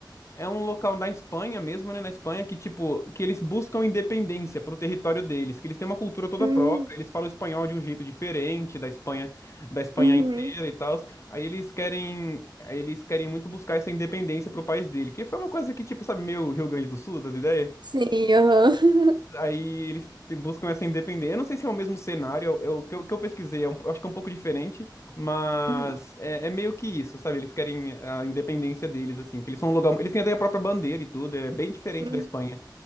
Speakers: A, on the left; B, on the right.
A: É um local da Espanha mesmo, né? Na Espanha que, tipo, que eles buscam independência pro território deles, que eles têm uma cultura toda
B: Uhum.
A: própria, eles falam espanhol de um jeito diferente da Espanha, da Espanha
B: Uhum.
A: inteira e tal. Aí eles querem, aí eles querem muito buscar essa independência pro país dele, que foi uma coisa que, tipo, sabe, meio Rio Grande do Sul, das ideias?
B: Sim, aham. <laughs>
A: Aí eles te- buscam essa independência. Eu não sei se é o mesmo cenário, eu, eu- que, eu, que eu pesquisei, é um- eu acho que é um pouco diferente, mas
B: Uhum.
A: é, é meio que isso, sabe? Eles querem a independência deles, assim, que eles são um lugar. Eles têm até a própria bandeira e tudo, é bem diferente
B: Uhum.
A: da Espanha.